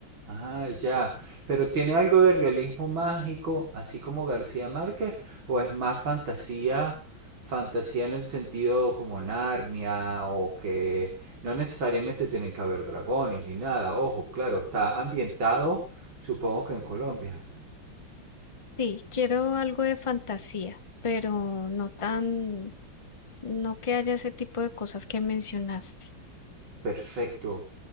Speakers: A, on the right (about 80°); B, on the left (about 40°).
A: Ah, ya. Pero tiene algo de realismo mágico, así como García Márquez, o es más fantasía, fantasía en el sentido como Narnia, o que no necesariamente tienen que haber dragones ni nada. Ojo, claro, está ambientado, supongo que en Colombia.
B: Sí, quiero algo de fantasía, pero no tan, no que haya ese tipo de cosas que mencionaste.
A: Perfecto.